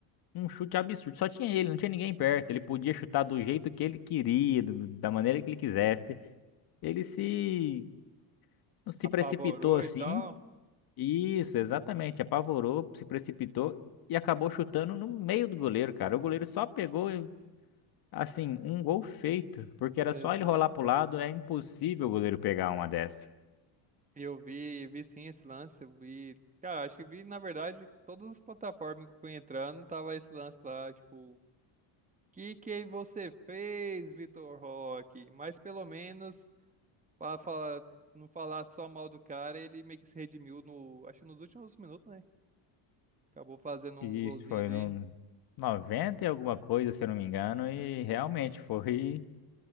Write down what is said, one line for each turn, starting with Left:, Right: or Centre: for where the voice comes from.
Left: Um chute absurdo. Só tinha ele, não tinha ninguém perto. Ele podia chutar do jeito que ele queria, do- da maneira que ele quisesse. Ele se, se
Right: Apavorou
Left: precipitou assim.
Right: e tal?
Left: Isso, exatamente. Apavorou, se precipitou e acabou chutando no meio do goleiro, cara. O goleiro só pegou, e Assim, um gol feito, porque era
Right: Exato,
Left: só ele rolar pro
Right: cara.
Left: lado, é impossível o goleiro pegar uma dessa.
Right: Eu vi, vi sim esse lance, eu vi. Cara, acho que vi, na verdade, todas as plataformas que eu fui entrando, tava esse lance lá, tipo, que que você fez, Vitor Roque? Mas pelo menos, pra falar, não falar só mal do cara, ele meio que se redimiu no, acho que nos últimos minutos, né? Acabou fazendo um
Left: E
Right: golzinho
Left: isso foi
Right: ali.
Left: no 90 e alguma coisa, se eu não me engano, e realmente foi